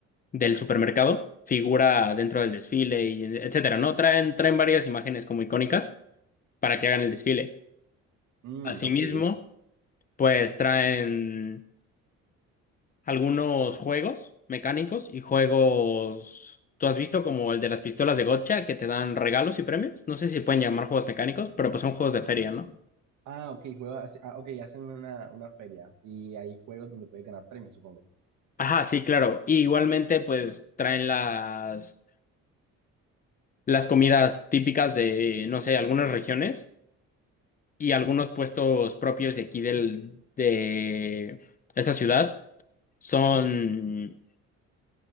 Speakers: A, on the left; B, on the right.
A: del supermercado, figura dentro del desfile y etcétera, ¿no? Traen, traen varias imágenes como icónicas para que hagan el desfile.
B: Mm,
A: Asimismo,
B: ok.
A: pues traen algunos juegos mecánicos y juegos. ¿Tú has visto como el de las pistolas de Gotcha que te dan regalos y premios? No sé si pueden llamar juegos mecánicos, pero pues son juegos de feria, ¿no?
B: Ah, ok, juega, ah, sí, ah, ok, hacen una, una feria y hay juegos donde puedes ganar premios, supongo.
A: Ajá, sí, claro. Y igualmente, pues traen las, las comidas típicas de, no sé, algunas regiones y algunos puestos propios de aquí del, de esa ciudad son